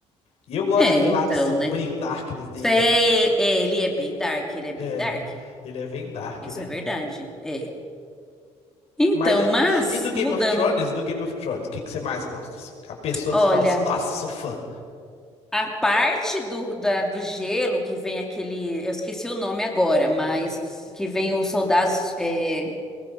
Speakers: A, on the left; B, in the centre.
A: E eu gosto
B: é,
A: daquele
B: então,
A: lado sombrio,
B: né?
A: darkness dele.
B: Sei, é, ele é bem dark, ele é bem
A: É,
B: dark.
A: ele é bem dark,
B: Isso
A: né?
B: é verdade. É. Então,
A: Mas
B: mas
A: e, e do Game
B: mudando,
A: of Thrones? Do Game of Thrones, o que que você mais gosta? assim? A pessoa
B: olha,
A: que você fala assim: Nossa, sou fã.
B: a parte do, da- do gelo que vem aquele, eu esqueci o nome agora, mas que vem os soldados, é,